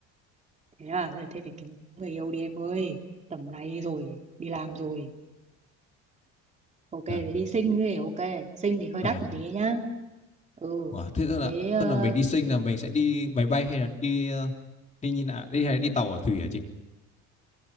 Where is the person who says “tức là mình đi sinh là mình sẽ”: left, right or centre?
Left